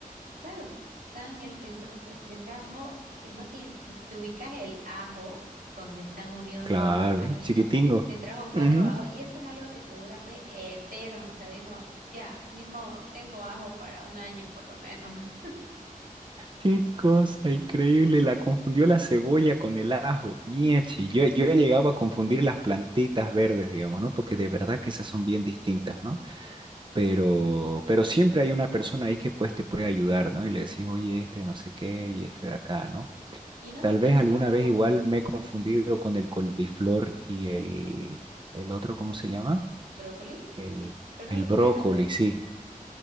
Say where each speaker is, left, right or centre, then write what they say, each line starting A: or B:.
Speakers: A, on the right (about 85°); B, on the right (about 35°).
A: Claro, tan el pienso que se le trajo, eh, no ti- te, te ubicas el ajo, donde están unidos
B: Claro,
A: todos los ajitos,
B: el chiquitingo.
A: le trajo cuatro
B: Ujú.
A: ajos y eso es algo que te dura pues eterno, o sea, digo, ya, ni modo, tengo ajo para un año por lo menos. <laughs>
B: Qué cosa increíble, la confundió la cebolla con el ajo, miechi.
A: Y,
B: Yo, yo he llegado a confundir las plantitas verdes, digamos, ¿no? Porque de verdad que esas son bien distintas, ¿no? Pero, pero siempre hay una persona ahí que pues te puede ayudar, ¿no? Y le decís, oye, este no sé qué y este de acá, ¿no?
A: y no
B: Tal
A: te pasó
B: vez alguna vez igual me he confundido con el coliflor y el, el otro, ¿cómo se llama?
A: brócoli,
B: El,
A: pero
B: el
A: es
B: brócoli,
A: verde.
B: sí.